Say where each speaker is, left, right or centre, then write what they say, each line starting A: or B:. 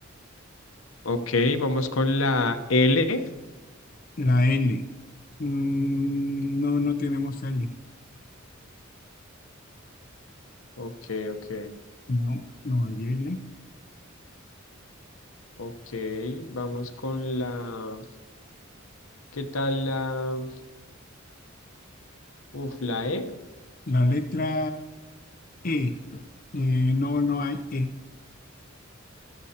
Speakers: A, on the left; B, on the left.
A: Ok, vamos con la L.
B: la L. Mm, no, no tenemos L.
A: Ok, ok.
B: No, no hay L.
A: Ok, vamos con la... ¿Qué tal la... Uf, la E?
B: La letra E. Eh, no, no hay E,